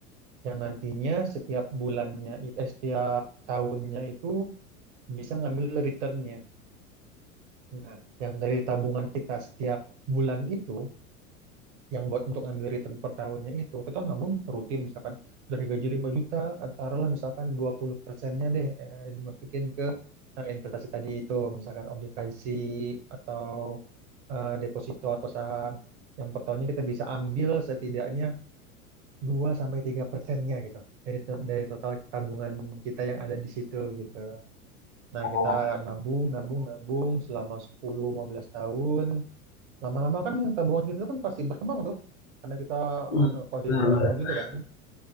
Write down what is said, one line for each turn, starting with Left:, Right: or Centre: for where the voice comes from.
Right: yang nantinya setiap bulannya it- eh, setiap tahunnya itu bisa ngambil returnnya nah yang dari tabungan kita setiap bulan itu yang buat untuk ngambil return per tahunnya itu kita nabung rutin misalkan dari gaji lima juta taruhlah misalkan 20 persennya deh eh, dimasukin ke eh, investasi tadi itu misalkan obligasi atau eh, deposito atau saham yang per tahunnya kita bisa ambil setidaknya 2 sampai 3 persennya gitu dari to- dari total tabungan kita yang ada di situ gitu. Nah,
Left: Oh,
Right: kita nabung, nabung, nabung selama sepuluh lima belas tahun Lama-lama kan tabungan kita kan pasti berkembang tuh. Karena kita
Left: mhm,
Right: ada konsisten
Left: bener Heeh,
Right: nabung
Left: bener. Iya.
Right: gitu kan.